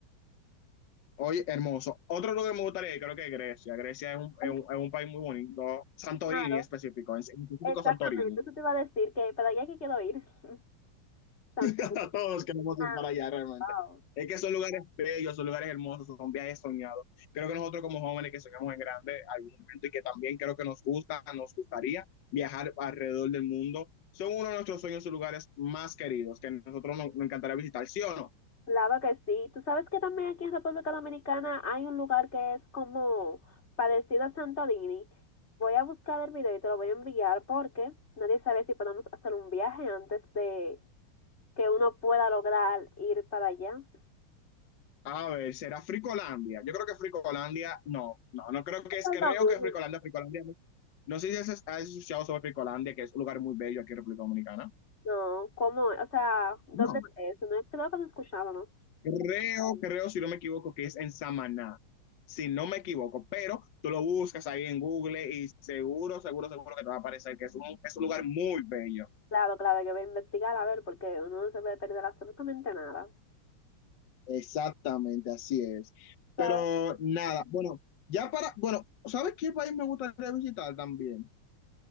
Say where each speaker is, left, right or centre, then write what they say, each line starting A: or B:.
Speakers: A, on the left; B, on the left.
A: Oye, hermoso. Otro lugar que me gustaría ir, creo que es Grecia. Grecia es un,
B: Ay,
A: es un, es un país muy bonito. Santorini
B: Claro,
A: específico, en específico
B: exactamente.
A: Santorini.
B: Eso te iba a decir que, pero ya que quiero ir. <laughs> Santorini.
A: <laughs> Todos queremos
B: Ah,
A: ir para allá realmente.
B: wow.
A: Es que son lugares bellos, son lugares hermosos, son viajes soñados. Creo que nosotros como jóvenes que soñamos en grande algún momento y que también creo que nos gusta, nos gustaría viajar alrededor del mundo, son uno de nuestros sueños y lugares más queridos que nosotros nos, nos encantaría visitar, ¿sí o no?
B: Claro que sí. Tú sabes que también aquí en República Dominicana hay un lugar que es como parecido a Santorini. Voy a buscar el video y te lo voy a enviar porque nadie sabe si podemos hacer un viaje antes de que uno pueda lograr ir para allá.
A: A ver, ¿será Fricolandia? Yo creo que Fricolandia, no, no, no creo que es,
B: Pasarlo
A: creo que
B: bien.
A: Fricolandia, Fricolandia no No sé si has, has escuchado sobre Fricolandia, que es un lugar muy bello aquí en República Dominicana.
B: No, ¿cómo? O sea, ¿dónde
A: No.
B: es eso? No, creo que no escuchábamos.
A: Creo, creo, si no me equivoco, que es en Samaná, si no me equivoco, pero tú lo buscas ahí en Google y seguro, seguro, seguro que te va a aparecer que es un, es un lugar muy bello.
B: Claro, claro, yo voy a investigar a ver porque uno no se puede perder absolutamente nada.
A: Exactamente, así es.
B: ¿sabes?
A: Pero nada, bueno, ya para, bueno, ¿sabes qué país me gustaría visitar también?